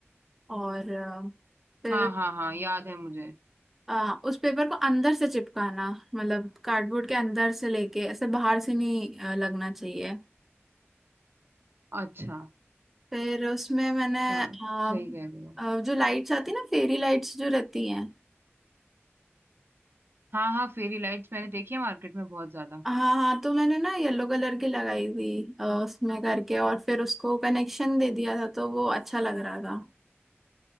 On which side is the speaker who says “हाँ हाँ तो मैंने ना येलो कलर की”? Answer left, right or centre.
Centre